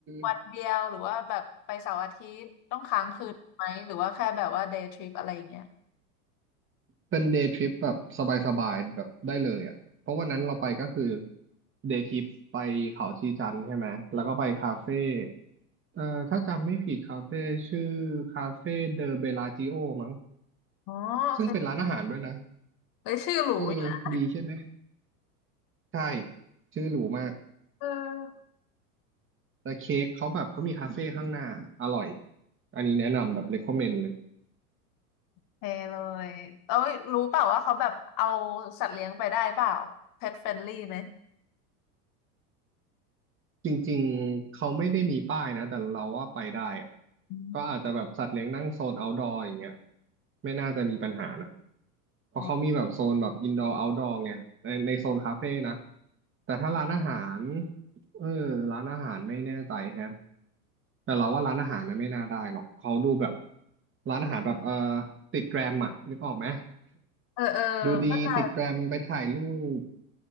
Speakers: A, on the left (about 45°); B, on the right (about 25°).
A: วันเดียวหรือว่าแบบไปเสาร์อาทิตย์ต้องค้างคืนไหมหรือว่าแค่แบบว่าเดย์ทริปอะไรอย่างเงี้ย
B: ม เป็นเดย์ทริปแบบสบายๆแบบได้เลยอ่ะ เพราะวันนั้นเราไปก็คือเดย์ทริปไปเขาชีจันทร์ใช่ไหม แล้วก็ไปคาเฟ่เอ่อถ้าจำไม่ผิดคาเฟ่ชื่อคาเฟ่เดอเบลาจิโอมั้ง
A: อ๋อโอเค
B: ซึ่งเป็นร้านอาหารด้วยนะ
A: เลยชื่อหรูอยู่นะ
B: เออดีใช่ไหม ใช่ ชื่อหรูมาก
A: เออ
B: แต่เค้กเขาแบบเขามีคาเฟ่ข้างหน้าอร่อย อันนี้แนะนำแบบ recommend เลย
A: โอเคเลยเอ้ยรู้เปล่าว่าเขาแบบเอาสัตว์เลี้ยงไปได้เปล่า pet friendly ไหม
B: จริงๆ เขาไม่ได้มีป้ายนะแต่เราว่าไปได้อะ
A: อืม
B: ก็อาจจะแบบสัตว์เลี้ยงนั่งโซน outdoor อย่างเงี้ยไม่น่าจะมีปัญหานะเพราะเขามีแบบโซนแบบ
A: อ๋อ
B: indoor outdoor ไงในในโซนคาเฟ่นะแต่ถ้าร้านอาหารเออร้านอาหารไม่แน่ใจฮะแต่เราว่าร้านอาหารนะไม่น่าได้หรอกเขาดูแบบร้านอาหารแบบเออติดแกรมอะนึกออกไหม
A: เออเออเข้าใจ
B: <laughs> ดูดีติดแกรมไปถ่ายรูป